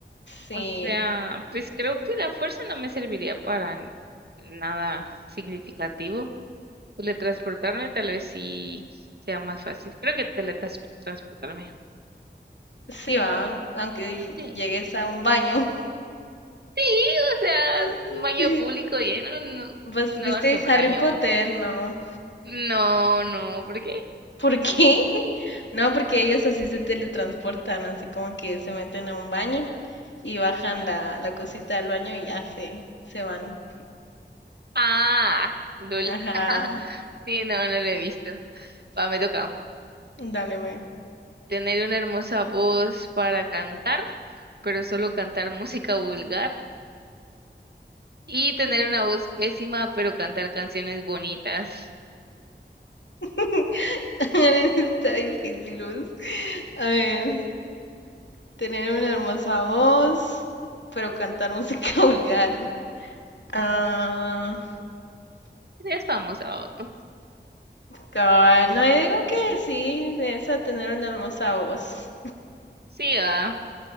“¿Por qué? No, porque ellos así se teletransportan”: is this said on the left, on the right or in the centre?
Left